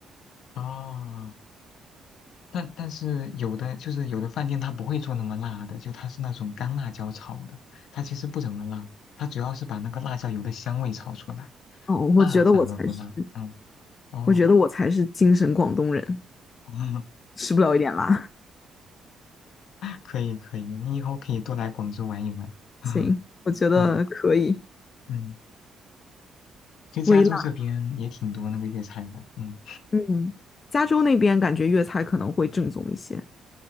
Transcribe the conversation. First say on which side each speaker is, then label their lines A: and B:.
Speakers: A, on the left; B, on the left.
A: 哦，但但是有的就是有的饭店它不会做那么辣的，就它是那种干辣椒炒的，它其实不怎么辣，它主要是把那个辣椒油的香味炒出来，
B: 哦，
A: 辣反而不辣，
B: 我觉得我才是，
A: 嗯，哦。
B: 我觉得我才是精神广东人，
A: <laughs>
B: 吃不了一点辣。
A: <laughs> 可以可以，你以后可以多来广州玩一玩。
B: <laughs>
A: <laughs> 嗯
B: 行，我觉得可以，
A: 嗯嗯，其实加州这边也挺多那个粤菜的，
B: 微辣。
A: 嗯，
B: 嗯，加州那边感觉粤菜可能会正宗一些。